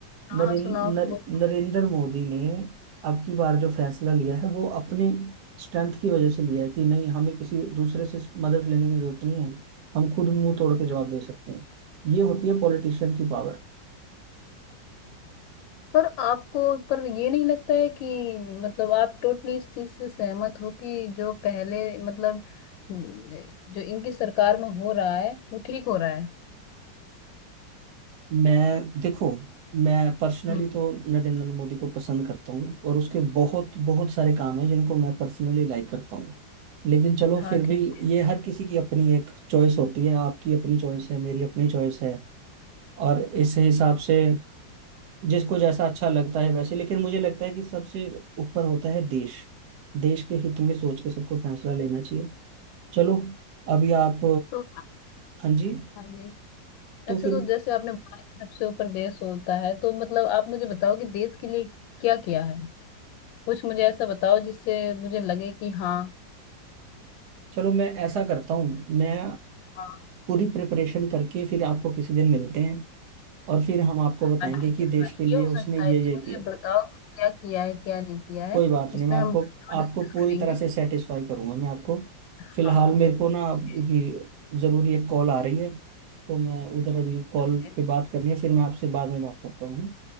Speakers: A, on the left; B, on the right.
A: हाँ
B: नरें,
A: सुनाओ
B: नर,
A: बोलो।
B: नरेंद्र मोदी ने अब की बार जो फैसला लिया है वो अपने स्ट्रेंथ की वजह से लिया है कि नहीं हमें किसी दूसरे से मदद लेने की जरूरत नहीं है हम खुद मुंह तोड़ के जवाब दे सकते हैं ये होती है पॉलिटिशियन की पावर
A: पर आपको पर ये नहीं लगता है कि मतलब आप टोटली इस चीज से सहमत हो कि जो पहले मतलब जो इनकी सरकार में हो रहा है वो ठीक हो रहा है
B: मैं देखो मैं पर्सनली
A: हम्म
B: तो नरेंद्र मोदी को पसंद करता हूँ और उसके बहुत बहुत सारे काम हैं जिनको मैं पर्सनली लाइक करता हूँ लेकिन चलो
A: हाँ
B: फिर भी
A: ठीक है
B: ये हर किसी की अपनी एक चॉइस होती है आपकी अपनी चॉइस है मेरी अपनी चॉइस है और इस हिसाब से जिसको जैसा अच्छा लगता है वैसे लेकिन मुझे लगता है कि सबसे ऊपर होता है देश देश के हित में सोच के सबको फैसला लेना चाहिए चलो अभी आप
A: तो
B: हाँ जी
A: हाँ जी
B: तो
A: अच्छा
B: फिर
A: तो जैसे आपने बोला कि सबसे ऊपर देश होता है तो मतलब आप मुझे बताओ कि देश के लिए क्या किया है कुछ मुझे ऐसा बताओ जिससे मुझे लगे कि हाँ
B: चलो मैं ऐसा करता हूँ मैं
A: हाँ
B: पूरी प्रिपरेशन करके फिर आपको किसी दिन मिलते हैं और फिर हम आपको बताएंगे
A: हाँ, ठीक
B: कि
A: है
B: देश
A: हाँ
B: के लिए
A: ये हो
B: उसने
A: सकता
B: ये
A: है कि
B: ये
A: मुझे
B: किया
A: बताओ क्या किया है क्या नहीं किया है
B: कोई बात
A: इसमें
B: नहीं मैं आपको
A: हम
B: आपको
A: डिस्कस
B: पूरी
A: करेंगे
B: तरह से सेटिस्फाई करूंगा मैं आपको फिलहाल
A: हाँ
B: मेरे को ना अभी
A: ओके
B: ज़रूरी एक कॉल आ रही है तो मैं उधर अभी कॉल
A: ओके
B: पे बात करनी है फिर मैं आपसे बाद में बात करता हूँ